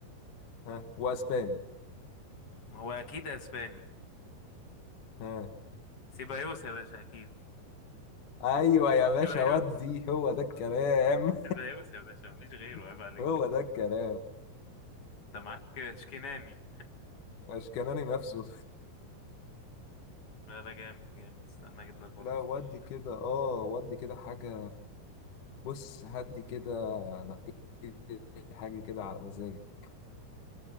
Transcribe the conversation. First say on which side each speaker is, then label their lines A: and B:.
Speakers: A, on the left; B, on the left.
A: ها واسباني
B: هو اكيد اسباني
A: ها
B: سيبايوس يا باشا اكيد
A: ايوه
B: <laughs>
A: يا باشا
B: سيبايوس
A: ودي هو ده الكلام
B: زيوس يا باشا مفيش غيره
A: <laughs>
B: عيب عليك
A: هو ده الكلام
B: انت معاك شكناني
A: اشكناني نفسه
B: لا لا جامد جامد استنى اجيب لك برضه
A: لا ودي
B: سؤال
A: كده اه ودي كده حاجه بص هات لي كده نقي لي حاجه كده على مزاجك